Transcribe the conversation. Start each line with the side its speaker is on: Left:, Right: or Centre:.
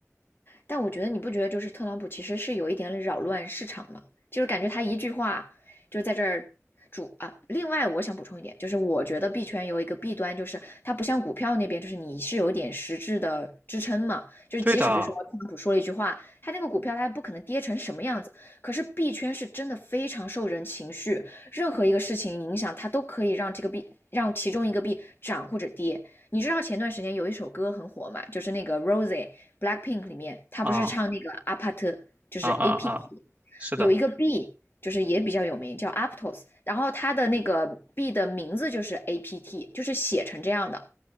Left: 但我觉得你不觉得就是特朗普其实是有一点扰乱市场吗？就是感觉他一句话就在这儿主啊。另外，我想补充一点，就是我觉得币圈有一个弊端，就是它不像股票那边，就是你是有点实质的支撑嘛。就是即使比如说特朗普说了一句话，
Right: 对的，
Left: 他那个股票它不可能跌成什么样子。可是币圈是真的非常受人情绪，任何一个事情影响它都可以让这个币让其中一个币涨或者跌。你知道前段时间有一首歌很火嘛，就是那个 Rosie，Blackpink 里面，他不是唱那个阿帕特，
Right: 啊
Left: 就是
Right: 啊啊啊，
Left: APT，
Right: 是的，
Left: 有一个 B，就是也比较有名，叫 Aptos，然后它的那个 B 的名字就是 APT，就是写成这样的。